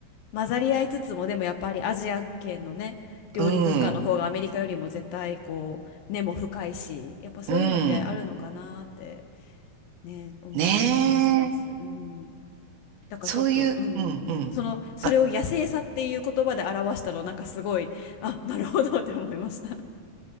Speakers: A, on the left; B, on the right.
A: 混ざり合いつつもでもやっぱりアジア圏のね料理文化の方がアメリカよりも絶対こう根も深いしやっぱそういうのってあるのかなって
B: うん、うん。
A: ね思ったりしますします。
B: ねえ。
A: うん、だからちょっと、
B: そういう、
A: うん、
B: うん、うん。
A: そのそれを野生さっていう言葉で表したのなんかすごいあなるほどって思いました。
B: あ